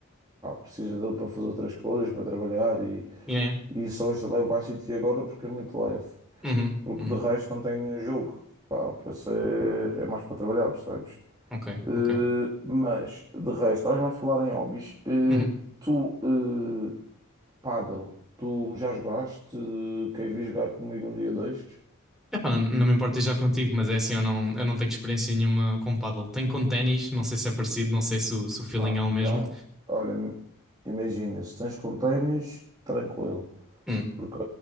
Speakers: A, on the right; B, in the centre.
A: pá, preciso dele para fazer outras coisas, para trabalhar e,
B: Yeah, yeah.
A: e só instalei o Vice City agora porque é muito leve.
B: Uhum,
A: Porque
B: uhum.
A: de resto não tenho nenhum jogo. Pá, o PC é é mais para trabalhar, percebes?
B: Ok,
A: Eh,
B: ok.
A: mas de resto, estás-me a falar em hobbies. Eh,
B: Uhum.
A: tu. eh, Paddle, tu já jogaste? Queres vir jogar comigo um dia destes?
B: Epá, não, não me importo já contigo, mas é assim, eu não, eu não tenho experiência nenhuma com paddle. Tenho com ténis, não sei se é parecido, não sei se o, se o feeling
A: Ah,
B: é o
A: então,
B: mesmo.
A: olha, imagina, se tens com tranquilo,
B: Hum,
A: porque,